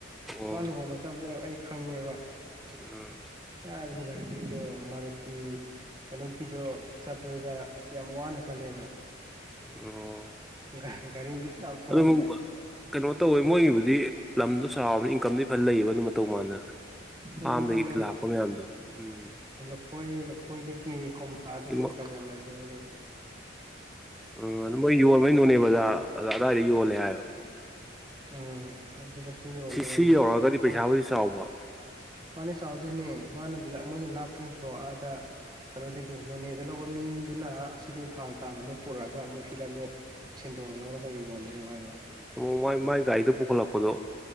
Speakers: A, in the centre; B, on the right.
A: ꯑꯣ
B: ꯃꯥ ꯂꯨꯍꯣꯡꯕ ꯆꯠꯕꯗ ꯑꯩ ꯈꯪꯉꯦꯕ
A: ꯎ
B: ꯑ ꯍ ꯂꯝꯕꯤꯤꯔꯣ ꯃꯔꯨꯇꯤ ꯀꯩꯅꯣꯒꯤꯗꯣ ꯆꯠꯄꯗꯨꯗ ꯁꯤ ꯌꯥꯝ ꯋꯥꯅ ꯆꯠꯂꯦꯕ
A: ꯑꯣ
B: ꯔꯤ ꯁꯋꯥ
A: ꯑꯗꯨꯝ
B: ꯑꯃ ꯃꯅꯗ
A: ꯀꯩꯅꯣ ꯇꯧꯋꯦ ꯃꯣꯏꯒꯤꯕꯨꯗꯤ ꯂꯝꯗꯣ ꯁꯥꯕꯅꯤ ꯏꯟꯀꯝꯗꯤ ꯐꯅ ꯂꯩꯕ ꯑꯗꯨꯝ ꯃꯇꯧ ꯃꯥꯟꯅ
B: ꯑꯗꯨ
A: ꯐꯥꯔꯝꯗꯒꯤ
B: ꯏꯟꯀꯝ
A: ꯂꯥꯛꯄ ꯃꯌꯥꯝꯗꯣ ꯎꯝ
B: ꯂꯣꯏ ꯂꯐꯣꯏꯗꯒꯤ ꯀꯣꯝꯗꯒꯤ
A: ꯆꯤꯡꯃ
B: ꯏꯟꯀꯝ ꯌꯥꯝ ꯂꯩꯕꯅꯦ ꯃꯣꯏꯗꯤ
A: ꯎꯝ ꯑꯗꯨ ꯃꯣꯏ ꯌꯣꯟꯕꯩ ꯅꯣꯅꯦ ꯕꯖꯥ ꯑ ꯑꯗꯥꯋꯥꯏꯗ ꯌꯣꯜꯂꯦ ꯍꯥꯏꯕ
B: ꯎꯝ ꯑꯗꯨꯗꯁꯨ ꯌꯣꯜꯂꯦ
A: ꯁꯤ ꯁꯤ ꯌꯧꯔꯛꯑꯒꯗꯤ
B: ꯂꯨꯄꯣꯏ
A: ꯄꯩꯁꯥꯕꯨꯗꯤ ꯆꯥꯎꯕ
B: ꯃꯥꯅꯦ ꯆꯥꯎꯥꯎꯗꯨꯣꯏꯅꯦ ꯃꯥꯅ ꯃꯣꯏ ꯂꯞꯅꯤꯀꯣ ꯑꯗ ꯀꯩꯅꯣꯗꯒꯤ ꯅꯣꯅꯦꯗ ꯂꯧꯕ ꯃꯤꯗꯨꯅ ꯑꯁꯤꯗ ꯏꯝꯐꯥꯜ ꯇꯥꯟꯅ ꯑꯃꯨꯛ ꯄꯨꯔꯛꯑꯒ ꯑꯃꯨꯛ ꯁꯤꯗ ꯑꯃꯨꯛ ꯁꯦꯟꯗꯣꯛ ꯑꯣꯟꯂꯥꯎꯔꯒꯩ ꯑꯣꯟꯗ ꯋꯥ ꯍꯥꯏꯕ
A: ꯑꯃꯨꯛ ꯃ ꯃꯥꯏ ꯒꯥꯔꯤꯗ ꯄꯨꯈꯠꯂꯛꯄꯗꯣ